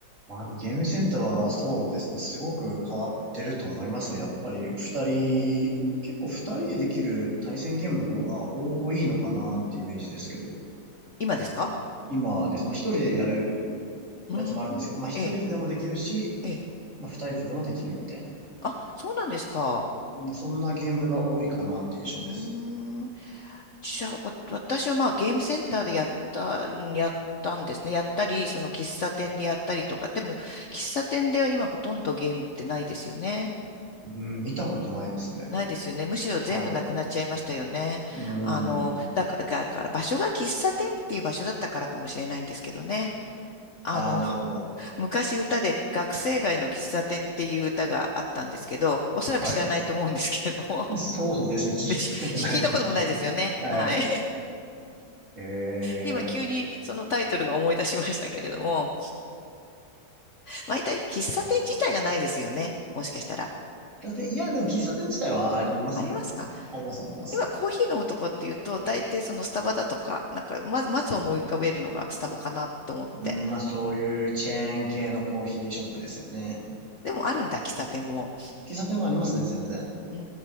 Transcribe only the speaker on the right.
まあ、ゲームセンターはそうですね、すごく変わってると思いますよ。やっぱり二人、結構二人でできる対戦ゲームの方が多いのかなっていうイメージですけど、
今です。まあ一人でやる
やつもあるんですけど、まあ一人ででもできるし、
まあ二人ででもできるみたいな。
うん、そんなゲームが多いかなって印象です。
うん、見たことないですね。
はい。うん。
ああ、なるほど。
はい。そうですね、
聞いたことないですね。
はい。
ええ
喫茶店、いや、でも喫茶店自体はありますよ。
あります、あります。
うん、まあそういうチェーン系のコーヒーショップですよね。
喫茶店もありますね、全然。